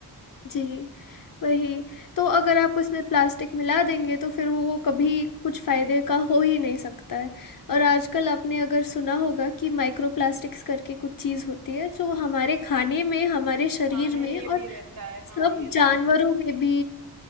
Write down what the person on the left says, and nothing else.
जी, वही। तो अगर आप उसमें प्लास्टिक मिला देंगे तो फिर वो कभी कुछ फ़ायदे का हो ही नहीं सकता है। और आजकल आपने अगर सुना होगा कि माइक्रो प्लास्टिक्स करके कुछ चीज़ होती है जो हमारे खाने में, हमारे शरीर
में
और
सब
जानवरों
में भी